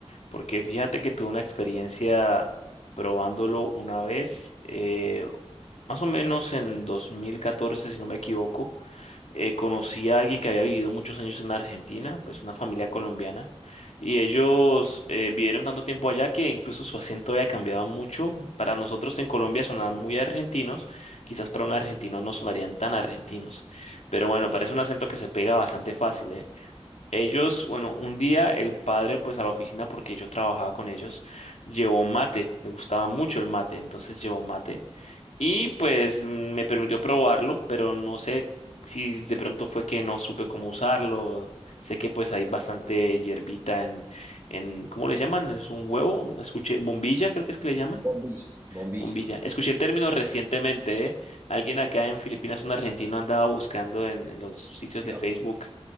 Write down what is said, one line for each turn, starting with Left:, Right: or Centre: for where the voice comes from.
Left: porque fíjate que tuve una experiencia probándolo una vez, eh, más o menos en 2014, si no me equivoco. eh, conocí a alguien que había vivido muchos años en Argentina, pues una familia colombiana, y ellos eh, vivieron tanto tiempo allá que incluso su acento había cambiado mucho. Para nosotros en Colombia sonaban muy argentinos, quizás para un argentino no sonarían tan argentinos, pero bueno, parece un acento que se pega bastante fácil, ¿eh? Ellos, bueno, un día el padre, pues a la oficina, porque yo trabajaba con ellos, llevó mate, le gustaba mucho el mate, entonces llevó mate. Y pues mm, me permitió probarlo, pero no sé si de pronto fue que no supe cómo usarlo. Sé que pues hay bastante hierbita en, en, ¿cómo le llaman? Es un huevo, escuché, bombilla, creo que es que le llaman,
Right: Bombilla. Bombilla.
Left: bombilla. Escuché el término recientemente, ¿eh? Alguien acá en Filipinas, un argentino, andaba buscando en, en los sitios
Right: Claro.
Left: de Facebook